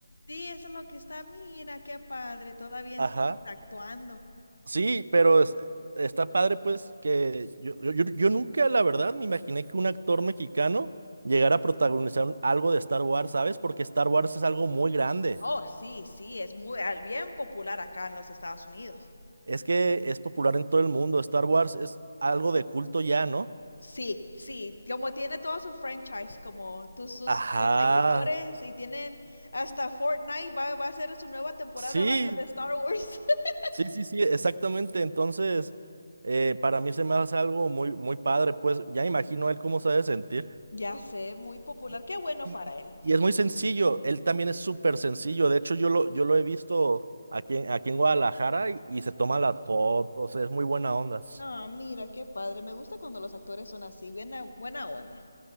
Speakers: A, on the left (about 80°); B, on the right (about 65°).
A: Sí, eso es lo que está. Mira, qué padre, todavía
B: <laughs>
A: entonces
B: ajá.
A: actuando.
B: Sí, pero es- está padre, pues, que yo, yo, yo- yo nunca, la verdad, me imaginé que un actor mexicano llegara a protagonizar un- algo de Star Wars, ¿sabes? Porque Star Wars es algo muy grande.
A: Oh, sí, sí, es muy ah, bien popular acá en los Estados Unidos.
B: Es que es popular en todo el mundo. Star Wars es algo de culto ya, ¿no?
A: Sí, sí, como tiene todo su franchise, como tus sus
B: Ajá.
A: los seguidores y tienen hasta Fortnite va, va a ser su nueva temporada,
B: Sí,
A: va a ser de Star Wars. <laughs>
B: sí, sí, sí, exactamente. Entonces, eh, para mí se me hace algo muy, muy padre, pues, ya imagino él cómo se ha de sentir.
A: Ya sé, muy popular.
B: Y,
A: Qué bueno
B: y-
A: para
B: y-
A: él.
B: y es muy sencillo, él también es súper sencillo, de hecho yo lo, yo lo he visto aquí, en- aquí en Guadalajara y, y se toma las fotos, es muy buena onda.
A: Ah, mira, qué padre. Me gusta cuando los actores son así, bien a- buena onda.